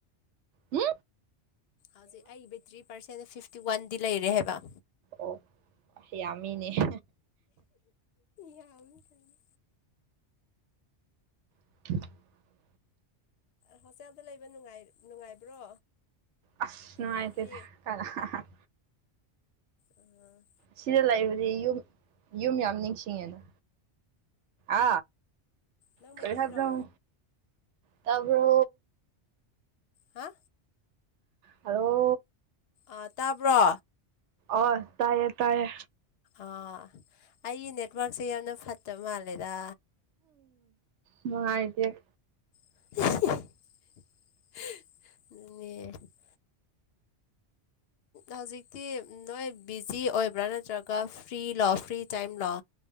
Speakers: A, on the right (about 85°); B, on the left (about 65°).
A: ꯍꯥ
B: ꯍꯧꯖꯤꯛ ꯑꯩꯒꯤ ꯕꯦꯇ꯭ꯔꯤ ꯄꯥꯔꯁꯦꯟ ꯐꯤꯐꯇꯤ ꯋꯥꯟꯗꯤ ꯂꯩꯔꯦ ꯍꯥꯏꯕ
A: ꯑꯣ ꯌꯥꯝꯃꯤꯅꯦ <unintelligible>
B: ꯌꯥ ꯀꯅꯤ
A: <unintelligible>
B: ꯍꯣꯁꯇꯦꯜꯗ ꯂꯩꯕ ꯅꯨꯡꯉꯥꯏ ꯅꯨꯡꯉꯥꯏꯕ꯭ꯔꯣ
A: ꯑꯁ ꯅꯨꯡꯉꯥꯏꯇꯦꯊ
B: ꯍꯥꯏꯗꯤ
A: ꯀꯅꯥꯅ
B: ꯑꯉꯥꯡ
A: ꯁꯤꯗ ꯂꯩꯏꯕꯗꯤ ꯌꯨꯝ ꯌꯨꯝ ꯌꯥꯝ ꯅꯤꯡꯁꯤꯡꯉꯦꯅ ꯑ
B: ꯅꯪ
A: ꯀꯔꯤ
B: ꯃꯩꯇꯩꯂꯣ
A: ꯍꯥꯏꯕꯅꯣ ꯇꯥꯕ꯭ꯔꯣ
B: ꯍꯥ
A: ꯍꯜꯑꯣ
B: ꯑꯥ ꯇꯥꯕ꯭ꯔꯣ
A: ꯑꯣꯏ ꯇꯥꯏꯌꯦ ꯇꯥꯏꯌꯦ
B: ꯑꯥ ꯑꯩꯒꯤ ꯅꯦꯠꯋꯥꯔꯛꯁꯦ ꯌꯥꯝꯅ ꯐꯠꯇꯕ ꯃꯥꯜꯂꯦꯗ
A: ꯎꯝ ꯍꯥꯏꯇꯦ
B: ꯑ ꯍꯧꯖꯤꯛꯇꯤ ꯅꯣꯏ ꯕꯤꯖꯤ ꯑꯣꯏꯕ꯭ꯔꯥ ꯅꯠꯇ꯭ꯔꯒ ꯐ꯭ꯔꯤ ꯂꯣ ꯐ꯭ꯔꯤ ꯇꯥꯏꯝꯂꯣ